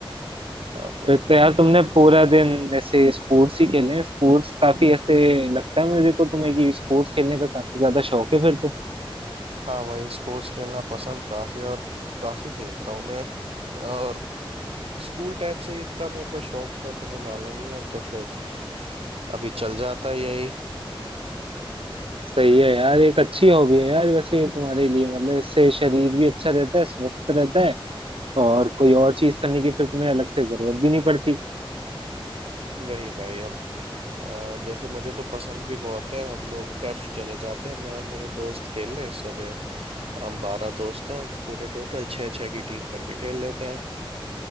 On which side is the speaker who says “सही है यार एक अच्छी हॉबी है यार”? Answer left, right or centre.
Right